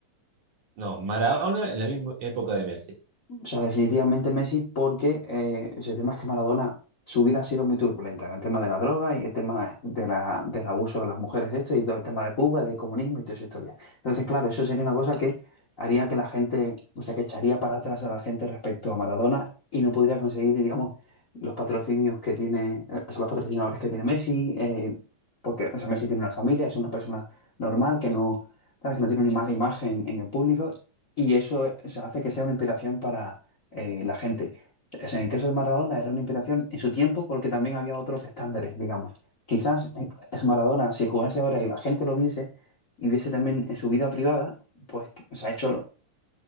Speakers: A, on the right; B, on the left.
A: No, Maradona en la misma época de Messi.
B: O sea, definitivamente Messi porque eh, ese tema es que Maradona, su vida ha sido muy turbulenta, el tema de la droga y el tema de la, del abuso de las mujeres, esto y todo el tema de Cuba, del comunismo y toda esa historia. Entonces, claro, eso sería una cosa que haría que la gente, o sea, que echaría para atrás a la gente respecto a Maradona y no podría conseguir, digamos, los patrocinios que tiene, eh, o sea, los patrocinadores que tiene Messi, eh, porque, o sea, Messi tiene una familia, es una persona normal que no, sabes, que no tiene una mala imagen en el público y eso eh, o sea, hace que sea una inspiración para eh, la gente. O sea, en el caso de Maradona era una inspiración en su tiempo porque también había otros estándares, digamos. Quizás eh, es Maradona, si jugase ahora y la gente lo viese y viese también en su vida privada, pues que- o sea, hecho,